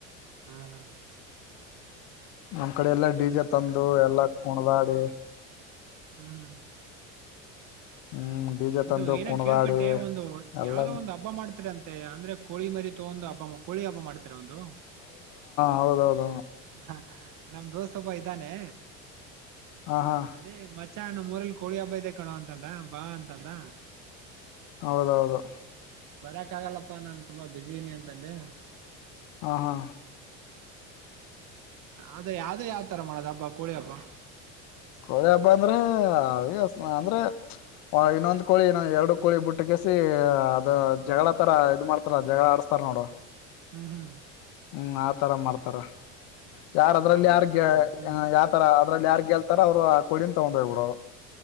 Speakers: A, on the right (about 55°); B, on the left (about 70°).
A: ಹ್ಮ ಹಾ
B: ನಮ್ ಕಡೆ ಎಲ್ಲಾ ಡಿ ಜೆ ತಂದು ಎಲ್ಲಾ ಕುಣ್ದಾಡಿ
A: ಹ್ಮ್ ಹ್ಮ್
B: ಹ್ಮ್ ಡಿ.ಜೆ
A: ಇದು
B: ತಂದು
A: ಏನ
B: ಕುಣದಾಡಿ
A: ಕೇಳ್ಪಟ್ಟೆ ಒಂದು
B: ಎಲ್ಲ
A: ಯಾವ್ದೋ ಒಂದು ಹಬ್ಬ ಮಾಡ್ತರ ಅಂತೆ ಅಂದ್ರೆ ಕೋಳಿ ಮರಿ ತೋಗಂಡು ಒಂದು ಹಬ್ಬ ಮಾಡ ಕೋಳಿ ಹಬ್ಬ ಮಾಡ್ತಾರೆ ಒಂದು
B: ಹೌದು ಹೌದ
A: ಹ ನಮ ದೋಸ್ತ್ ಒಬ್ಬ ಇದ್ದಾನೆ
B: ಹಾ
A: ಹ
B: ಹಾ
A: ಅದೇ ಮ ಅಚ್ಚಾ ನಮ್ಮ್ ಊರಲ್ಲಿ ಕೋಳಿ ಹಬ್ಬ ಇದೆ ಕಣೋ ಅಂತಂದ ಬಾ ಅಂತಂದ
B: ಹೌದು ಹೌದು
A: ಬರಕ್ ಆಗಲ್ಲಪ್ಪಾ ನಾನ್ ತುಂಬಾ ಬಿಸಿನಿ ಅಂತಂದೆ
B: ಹಾ ಹಾ
A: ಅದ ಯಾವ್ದ ಯಾವ್ ತರ ಮಾಡದ ಹಬ್ಬ ಕೋಳಿ ಹಬ್ಬ
B: ಕೋಳಿ ಹಬ್ಬ ಅಂದ್ರೆ ಅವಿ ಅಂದ್ರೆ ಇನ್ನೊಂದ್ ಕೋಳಿ ಎರಡು ಕೋಳಿ ಬುಟ್ಟ ಕಸಿ ಅದ ಜಗಳ ತರ ಇದ್ ಮಾಡ್ತಾರ ಜಗಳ ಆಡ್ಸ್ ಆಡ ಸ್ತರ್ ನೋಡ
A: ಹ್ಮ್ ಹ್ಮ್
B: ಹ್ಮ್ ಆತರ ಮಾಡ್ತಾರ ಯಾರ
A: ಆತರ
B: ಅದ್ರಲ್ಲಿ
A: ಮಾಡದ
B: ಯಾರ
A: ಹ್ಮ್
B: ಯಾವತರ ಅದ್ರಲ್ಲಿ ಯಾರ್ ಗೆಲ್ ಈ ತರ ಅವ್ರು ಆ ಕೊಳಿನ್ ತಗೊಂಡ್ ಹೋಗ್ಬಿಡೋರು